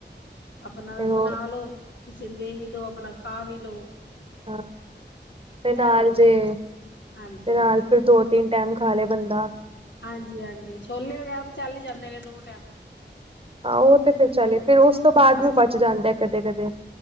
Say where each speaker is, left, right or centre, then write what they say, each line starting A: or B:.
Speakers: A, on the left; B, on the right.
A: ਆਪਣਾ
B: ਤੇ ਹੋਰ
A: ਬਣਾ ਲਓ, ਕਿਸੇ ਦੇ ਵੀ ਦੋ ਆਪਣਾ ਖਾ ਵੀ ਲਓ।
B: ਹਾਂ, ਤੇ
A: ਇਹ
B: ਨਾਲ
A: ਹੁੰਦਾ
B: ਜੇ ਤੇ
A: ਹਾਂਜੀ ਹਾਂਜੀ
B: ਨਾਲ ਫਿਰ ਦੋ ਤਿੰਨ ਟਾਈਮ ਖਾ ਲੇ ਬੰਦਾ।
A: ਹਾਂਜੀ ਹਾਂਜੀ, ਛੋਲੇ ਵਗੈਰਾ ਤਾਂ ਚੱਲ ਹੀ ਜਾਂਦੇ ਨੇ ਦੋ ਟਾਈਮ।
B: ਹਾਂ ਉਹ ਤੇ ਫਿਰ ਚੱਲੇ,
A: ਦੋ
B: ਫਿਰ ਉਸ ਤੋਂ ਬਾਅਦ
A: ਹਾਂ
B: ਵੀ ਬਚ ਜਾਂਦਾ ਕਦੇ ਕਦੇ।